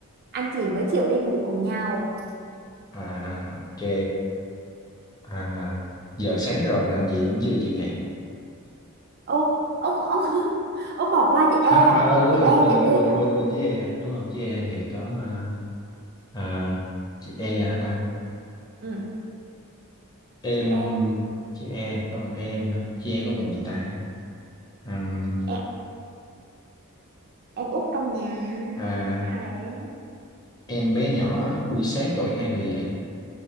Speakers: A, on the right (about 45°); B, on the left (about 15°).
A: anh chị mới chịu đi ngủ cùng nhau
B: à ok à giờ sáng rồi mà anh chị vẫn chưa chịu dậy
A: ô ông ông <laughs> ông bỏ qua chị E
B: à,
A: à
B: à ờ, đúng
A: chị
B: rồi
A: E
B: đúng rồi
A: chị
B: đúng
A: E
B: rồi,
A: à
B: quên quên quên chữ E đúng không chữ E thì có à, à chữ E hả ta
A: ừ
B: em
A: chị E
B: chữ e có bằng em ha chữ e có bằng gì ta
A: Ừ.
B: Ừm,
A: em em út trong nhà
B: à
A: nào đấy
B: em bé nhỏ buổi sáng gọi hai người dậy